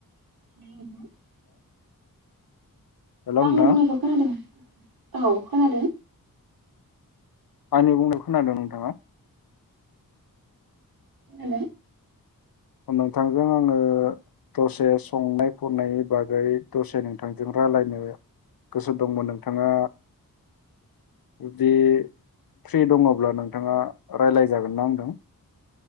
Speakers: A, on the right; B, on the left.
A: <unintelligible>
B: <unintelligible> हेल' नोंथां
A: आंनि बुंनायखौ खोनादों औ खोनादों।
B: आंनो बुंनायखो खोनादों नोंथाङा
A: हेल
B: नोंथांजों आङो दसे संनाय खुरनाय नि बागै दसे नोंथांजों रायलायनो गोसो दंमोन नोंथाङा जुदि फ्रि दङब्ला नों नोंथाङा रायलायजागोन ना आंदों